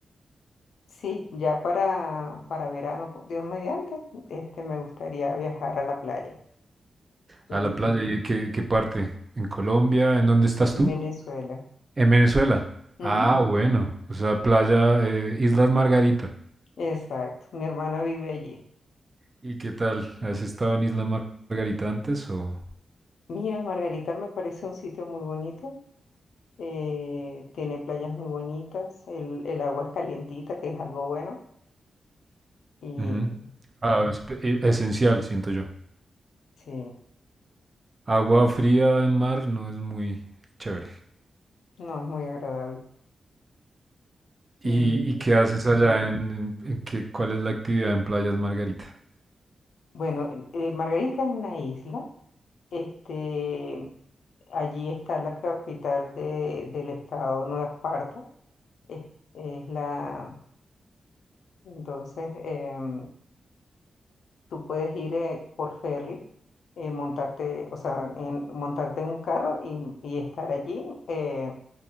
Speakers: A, on the left; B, on the right.
A: sí, ya para, para verano, por Dios mediante, este, me gustaría viajar a la playa, eh,
B: A la playa, ¿y qué, qué parte? ¿En Colombia? ¿En dónde estás
A: en
B: tú?
A: Venezuela.
B: En Venezuela.
A: Ujú.
B: Ah, bueno. O sea, playa, eh, Islas Margarita.
A: Exacto, mi hermana vive allí.
B: ¿Y qué tal? ¿Has estado en Islas Mar- Margarita antes o...?
A: Mira, Margarita me parece un sitio muy bonito, eh, tiene playas muy bonitas, el, el agua es calientita, que es algo bueno, y
B: Ujú. Ah, es pe- e- esencial, siento yo.
A: sí,
B: Agua fría en mar no es muy chévere.
A: no, es muy agradable.
B: ¿Y,
A: Y
B: y qué haces allá en, en- en qué, cuál es la actividad en Playas Margarita?
A: bueno, eh, Margarita es una isla, este, allí está la capital de- del estado Nueva Esparta, es, es la, entonces, em, tú puedes ir eh, por ferry, eh, montarte, o sea, en, montarte en un carro y, y estar allí, eh,